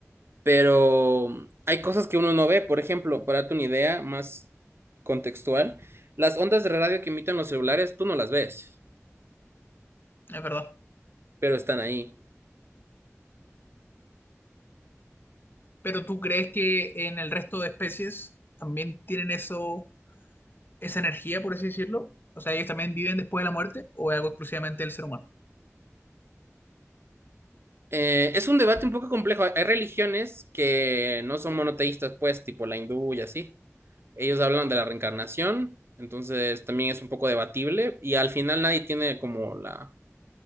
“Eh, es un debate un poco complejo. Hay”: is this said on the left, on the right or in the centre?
Right